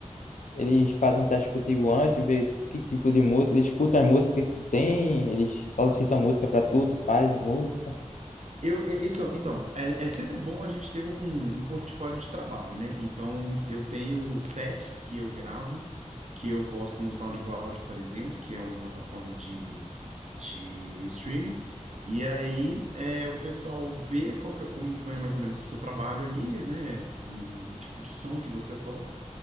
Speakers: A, on the left; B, on the right.
A: Eles fazem um teste contigo antes, vê tipo, que tipo de música, eles escutam as músicas que tu tem, eles solicitam música pra tu, tu faz música.
B: Eu, e- isso, então, é, é sempre bom a gente ter um, um portfólio de trabalho, né? Então, eu tenho sets que eu gravo, que eu posto no SoundCloud, por exemplo, que é uma plataforma de, de streaming. E aí, é, o pessoal vê qual que é- como é mais ou menos o seu trabalho ali, né? No- O tipo de som que você toca.